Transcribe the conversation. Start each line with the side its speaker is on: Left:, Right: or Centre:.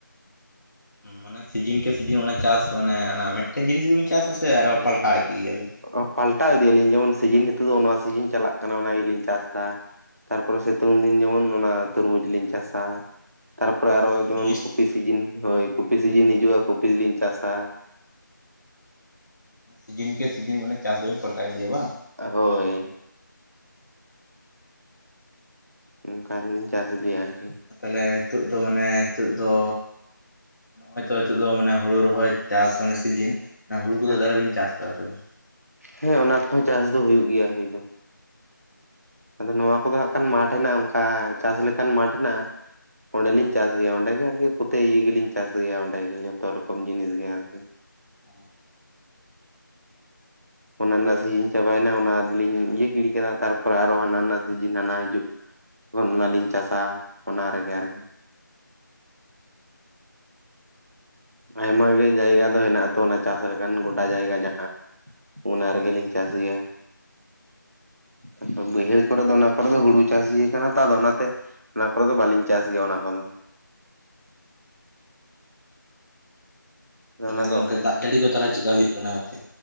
Left: ᱢᱟᱱᱮ ᱥᱤᱡᱤᱱ ᱠᱮ ᱥᱤᱡᱤᱱ ᱚᱱᱟ ᱪᱟᱥ ᱢᱟᱱᱮ ᱚᱱᱟ ᱢᱮᱜᱴᱮᱱ ᱡᱤᱱᱤᱥ ᱜᱮᱵᱮᱱ ᱪᱟᱥᱟ ᱥᱮ ᱟᱨᱚ ᱯᱟᱞᱴᱟᱣ ᱤᱫᱤᱜ ᱜᱮᱭᱟᱵᱤᱱ?
Right: ᱚ ᱯᱟᱞᱴᱟ ᱤᱫᱤᱭᱟᱞᱤᱧ ᱡᱮᱢᱚᱱ ᱥᱤᱡᱤᱱ ᱱᱤᱛᱚᱜ ᱫᱚ ᱱᱚᱣᱟ ᱥᱤᱡᱤᱱ ᱪᱟᱞᱟᱜ ᱠᱟᱱᱟ ᱚᱱᱟ ᱜᱮᱞᱤᱧ ᱪᱟᱥ ᱫᱟ᱾ ᱛᱟᱨᱯᱚᱨᱮ ᱥᱮᱛᱳᱝ ᱫᱤᱱ ᱡᱮᱢᱚᱱ ᱚᱱᱟ ᱛᱩᱨᱢᱩᱡᱽ ᱞᱤᱧ ᱪᱟᱥᱟ᱾ ᱛᱟᱨᱯᱚᱨᱮ ᱟᱨᱚ
Left: ᱢᱟᱱᱮ
Right: ᱡᱮᱢᱚᱱ
Left: ᱥᱤᱡᱤᱱ
Right: ᱠᱩᱯᱤ ᱥᱤᱡᱤᱱ ᱦᱳᱭ ᱠᱩᱯᱤ ᱥᱤᱡᱤᱱ ᱦᱤᱡᱩᱜᱼᱟ ᱠᱩᱯᱤᱞᱤᱧ ᱪᱟᱥᱟ᱾
Left: ᱥᱤᱡᱤᱱ ᱜᱮ ᱥᱤᱡᱤᱱ ᱢᱟᱱᱮ ᱪᱟᱥ ᱫᱚᱵᱤᱱ ᱯᱟᱞᱴᱟᱣ ᱤᱫᱤᱭᱟ ᱵᱟᱝ?
Right: ᱟ ᱦᱳᱭ᱾ ᱚᱝᱠᱟᱞᱤᱧ ᱪᱟᱥ ᱤᱫᱤᱭᱟ ᱟᱨᱠᱤ ᱾
Left: ᱛᱟᱦᱮᱞᱮ ᱦᱤᱛᱳᱜ ᱫᱚ ᱢᱟᱱᱮ ᱦᱤᱛᱳᱜ ᱫᱚ ᱱᱚᱜᱹᱚᱭ ᱛᱚ ᱦᱤᱛᱳᱜ ᱫᱚ ᱢᱟᱱᱮ ᱦᱩᱲᱩ ᱨᱚᱦᱚᱭ ᱪᱟᱥ ᱢᱟᱱᱮ ᱥᱤᱡᱤᱱ ᱱᱟ ᱦᱩᱲᱩ ᱠᱚᱫᱚ
Right: ᱦᱮᱸ
Left: ᱛᱟᱦᱮᱞᱮ ᱵᱤᱱ ᱪᱟᱥ ᱟᱠᱟᱫᱟ ᱥᱮ ᱵᱟᱝ?
Right: ᱦᱮᱸ ᱚᱱᱟ ᱠᱚᱦᱚᱸ ᱪᱟᱥ ᱫᱚ ᱦᱩᱭᱩᱜ ᱜᱮᱭᱟ ᱦᱩᱭ ᱫᱚ᱾ ᱟᱫᱚ ᱱᱳᱣᱟ ᱠᱚᱫᱚ ᱦᱟᱜ ᱠᱷᱟᱱ ᱢᱟᱴᱷ ᱢᱮᱱᱟᱜᱼᱟ ᱚᱝᱠᱟ ᱪᱟᱥ ᱞᱮᱠᱦᱟᱱ ᱢᱟᱴᱷ ᱱᱟ ᱚᱸᱰᱮᱞᱤᱧ ᱪᱟᱥ ᱜᱮᱭᱟ ᱚᱸᱰᱮ ᱜᱮ ᱟᱨᱠᱤ ᱯᱚᱛᱮ ᱤᱭᱟᱹ ᱜᱮᱞᱤᱧ ᱪᱟᱥ ᱜᱮᱭᱟ ᱚᱸᱰᱮᱜ ᱜᱮ ᱡᱷᱚᱛᱚ ᱨᱚᱠᱚᱢ ᱡᱤᱱᱤᱥ ᱜᱮ ᱟᱨᱠᱤ᱾
Left: ᱚ
Right: ᱚᱱᱟ ᱱᱟᱜ ᱥᱤᱡᱤᱱ ᱪᱟᱵᱟᱭᱱᱟ ᱚᱱᱟᱞᱤᱧ ᱤᱭᱟᱹ ᱜᱤᱰᱤ ᱠᱮᱫᱟ ᱛᱟᱨᱯᱚᱨᱮ ᱟᱨᱦᱚ ᱦᱟᱱᱟ ᱱᱟᱜ ᱥᱤᱡᱤᱱ ᱦᱟᱱᱟ ᱦᱤᱡᱩᱜ ᱚᱱᱱᱟᱞᱤᱧ ᱪᱟᱥᱟ ᱚᱱᱟ ᱨᱮᱜᱮ ᱟᱨᱠᱤ ᱾ ᱟᱭᱢᱟᱟᱜ ᱜᱮ ᱡᱟᱭᱜᱟ ᱫᱚ ᱦᱮᱱᱟᱜ ᱟ ᱛᱚ ᱚᱱᱟ ᱪᱟᱥ ᱞᱮᱠᱟᱱ ᱜᱚᱰᱟ ᱡᱟᱭᱜᱟ ᱡᱟᱦᱟᱸ ᱚᱱᱟ ᱨᱮᱜᱮᱞᱤᱧ ᱪᱟᱥ ᱜᱮᱭᱟ᱾ ᱟᱫᱚ ᱵᱟᱹᱭᱦᱟᱹᱲ ᱠᱚᱨᱮ ᱫᱚ ᱚᱱᱟ ᱠᱚᱨᱮ ᱫᱚ ᱦᱩᱲᱩ ᱪᱟᱥ ᱤᱹᱭᱟ ᱠᱟᱱᱟ ᱛᱚ ᱟᱫᱚ ᱚᱱᱟᱛᱮ᱾ ᱚᱱᱟ ᱠᱚᱨᱮ ᱫᱚ ᱵᱟᱹᱞᱤᱧ ᱪᱟᱥ ᱜᱮᱭᱟ ᱚᱱᱟ ᱠᱚᱫᱚ᱾ ᱟᱫᱚ
Left: ᱛᱟᱦᱮᱞᱮ
Right: ᱚᱱᱟ
Left: ᱜᱚᱢᱠᱮ
Right: ᱫᱚ
Left: ᱫᱟᱜ ᱡᱟᱹᱲᱤ ᱠᱚ ᱛᱟᱞᱮ ᱪᱮᱜᱠᱟ ᱦᱩᱭᱩᱜ ᱠᱟᱱᱟ ᱜᱚᱢᱠᱮ?